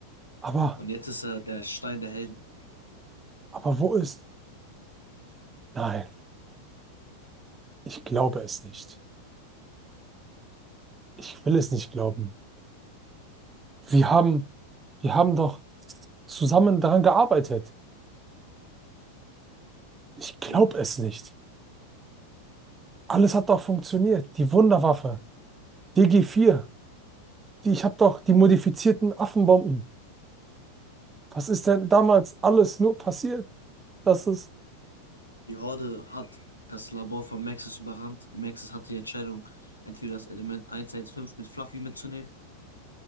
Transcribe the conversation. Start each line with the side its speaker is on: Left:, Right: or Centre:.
Right: Aber,
Left: Und jetzt ist er der Stein der Helden.
Right: aber wo ist? Nein, ich glaube es nicht. Ich will es nicht glauben. Wir haben, wir haben doch zusammen daran gearbeitet. Ich glaube
Left: Ja,
Right: es nicht. Alles hat doch funktioniert. Die Wunderwaffe, dg vier. die, ich habe doch die modifizierten Affenbomben. Was ist denn damals alles nur passiert? Das ist.
Left: die Horde hat das Labor von Maxis überrannt. Maxis hatte die Entscheidung, entweder das Element 115 mit Fluffy mitzunehmen